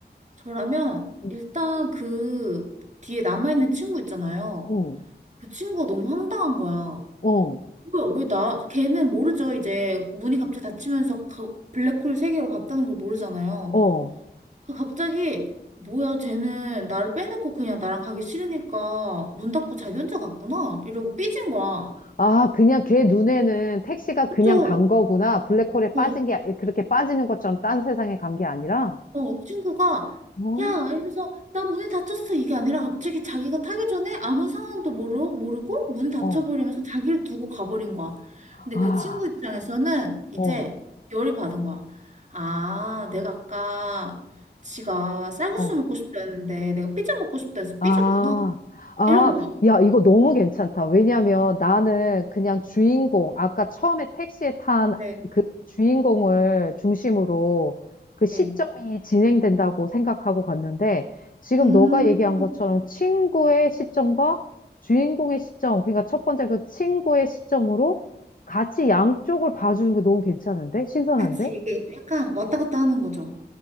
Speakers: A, on the right (about 45°); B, on the left (about 50°).
A: 저라면
B: 음.
A: 일단 그 뒤에 남아있는 친구 있잖아요.
B: 응,
A: 그 친구가 너무 황당한 거야.
B: 응, 어,
A: 뭐야, 왜 나, 걔는 모르죠. 이제 문이 갑자기 닫히면서 가- 블랙홀 세계로 갔다는 걸 모르잖아요.
B: 어.
A: 그 갑자기, 뭐야, 쟤는 나를 빼놓고 그냥 나랑 가기 싫으니까 문 닫고 자기 혼자 갔구나. 이러고 삐진 거야.
B: 아, 그냥 걔 눈에는 택시가
A: 그쵸?
B: 그냥 간 거구나. 블랙홀에
A: 어,
B: 빠진 게, 그렇게 빠지는 것처럼 딴 세상에 간 게 아니라?
A: 어, 친구가,
B: 어?
A: 야! 이러면서, 나 문이 닫혔어. 이게 아니라 갑자기 자기가 타기 전에 아무 상황도 모르, 모르고 문 닫혀버리면서
B: 어,
A: 자기를 두고 가버린 거야. 근데
B: 아,
A: 그 친구 입장에서는 이제
B: 어,
A: 열이 받은 거야. 아, 내가 아까 지가 쌀국수
B: 어.
A: 먹고 싶다 했는데 내가 피자 먹고 싶다 해서
B: 아,
A: 삐졌구나.
B: 아,
A: 이런 거야.
B: 야, 이거 너무 괜찮다. 왜냐면 나는 그냥 주인공, 아까 처음에 택시에 탄
A: 네,
B: 그 주인공을 중심으로 그 시점이
A: 네.
B: 진행된다고 생각하고 갔는데 지금
A: 음,
B: 너가 얘기한 것처럼 친구의 시점과 주인공의 시점, 그러니까 첫 번째 그 친구의 시점으로 같이 양쪽을 봐주는 게 너무 괜찮은데? 신선한데?
A: 그치. 이게 약간 왔다 갔다 하는 거죠.